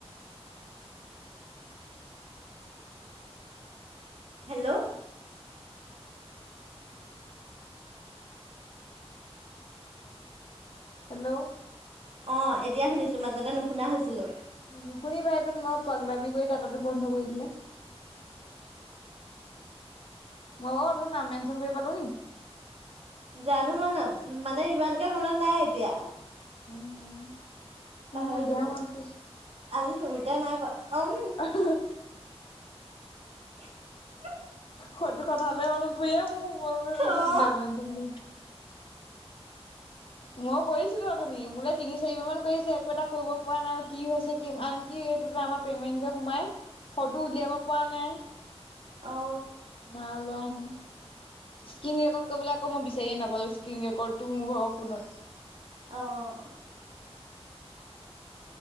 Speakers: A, on the right; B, on the left.
A: হেল্ল'
B: হেল্ল'
A: অ এতিয়া শুনিছো মাজতে নুশুনা হৈছিলোঁ
B: নুশুনিবা এইদোন মই পাগলামি কৰি থকাটো বন্ধ কৰি দিলে। মই অ অথনি নাম মেনচন কৰিব পালো নি
A: জানো মানে মানে ইমানকে মনত নাই এতিয়া
B: উম উম
A: পাহৰি
B: মোৰ এতিয়াহে
A: গলো
B: মনত পৰিছে।
A: আজি চুমতিয়া নাই কৰা
B: অহ
A: <unintelligible>
B: সটো কথালে মনত পৰিয়ে মোৰ
A: অ অ
B: নাম মেনচন
A: <inaudible>
B: মই কৰিছিলো অথনি মোলে তিনি চাৰিবাৰ মান কৰিছে একো এটা কৰিব পৰা নাই কি হৈছে কি আন কি যে আমাৰ পেমেন্ট যে সোমাই হয়টো উলিয়াব পৰা নাই ন
A: অ
B: ওলোৱা সেনো স্কিণ ৰেকৰ্ড কৰিবলে আকৌ মই বিচাৰিয়ে নাপালো স্কিণ ৰেকৰ্ডটো মোৰ ভাগৰ ফোনত
A: অহ